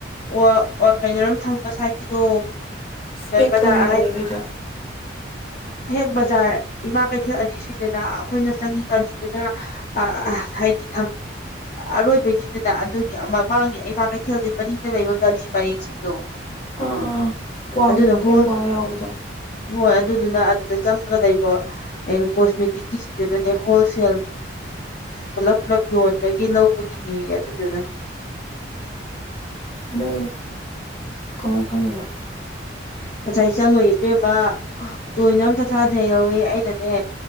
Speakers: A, on the left (about 45°); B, on the left (about 30°).
A: ꯑꯣ ꯑꯣ ꯀꯩꯅꯣꯔꯝ ꯊꯝꯕ ꯁꯥꯏꯠꯀꯤꯗꯣ
B: ꯒꯤꯔ
A: ꯕꯖꯥꯔ
B: ꯂꯩꯕꯗ
A: ꯍꯌꯦꯛ ꯕꯖꯥꯔ ꯏꯃꯥ ꯀꯩꯊꯦꯜ ꯑꯅꯤ ꯁꯨꯏꯗꯅ ꯑꯩꯈꯣꯏꯅ ꯆꯪꯏ ꯀꯂꯤꯗꯅ ꯑ ꯍꯥꯏꯗꯤ ꯑꯔꯣꯏꯕꯅꯤꯗꯨꯅ ꯑꯗꯨꯒꯤ ꯑꯃ ꯃꯥꯡꯉꯦ ꯏꯃꯥ ꯀꯩꯊꯦꯜꯗꯒꯤ ꯃꯅꯤꯡꯗ ꯂꯩꯕ ꯒꯂꯤ ꯄꯔꯦꯡꯁꯤꯡꯗꯣ
B: ꯑꯥ ꯑꯥ ꯀ꯭ꯋꯥ
A: ꯑꯗꯨꯅ
B: ꯃꯈꯣꯡ
A: ꯍꯣꯏ
B: ꯀ꯭ꯋꯥꯒ ꯌꯥꯎꯕꯗꯣ
A: ꯍꯣꯏ ꯑꯗꯨꯗꯨꯅ ꯑꯗꯨꯗ ꯆꯪꯉ ꯂꯩꯕꯣ ꯀꯩꯅꯣ ꯀꯣꯁꯃꯦꯇꯤꯛꯀꯤꯁꯤꯡꯗꯨꯗꯅꯦ ꯍꯣꯜꯁꯦꯜ ꯄꯨꯂꯞ ꯄꯨꯂꯞ ꯌꯣꯟꯕꯒꯤ ꯂꯧꯕꯒꯤꯅꯦ ꯑꯗꯨꯗꯨꯅ
B: ꯅꯣꯏ ꯀꯃꯥꯏꯅ ꯈꯪꯉꯤꯕ
A: ꯉꯁꯥꯏ ꯆꯪꯉꯨ ꯏꯕꯦꯝꯃ ꯇꯣꯏꯅ ꯑꯝꯇ ꯊꯥꯊꯩꯍꯧꯋꯦ ꯑꯩꯅꯅꯦ